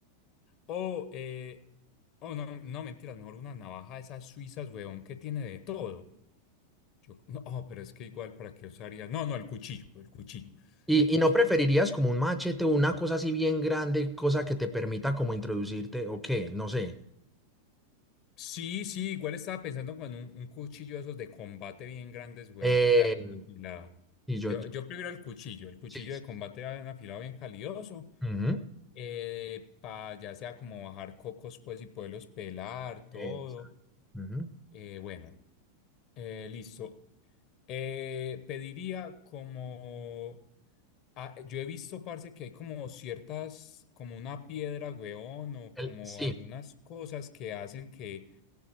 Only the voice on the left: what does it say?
O, eh, oh, no, no, mentiras, mejor una navaja de esas suizas, weón, que tiene de todo. Yo, no, oh, pero es que igual, ¿para qué usaría? No, no, el cuchillo, el cuchillo,
el cuchillo.
Sí, sí, igual estaba pensando con un, un cuchillo de esos de combate bien grandes, weón,
que sea bien afilado.
Yo,
yo prefiero el cuchillo, el cuchillo
de combate bien afilado, bien calidoso.
eh, pa ya sea como bajar cocos pues y poderlos pelar, todo.
Eh, bueno, eh, listo. Eh, pediría como... ah, yo he visto, parce, que hay como ciertas, como una piedra, weón, o
como
algunas cosas que hacen que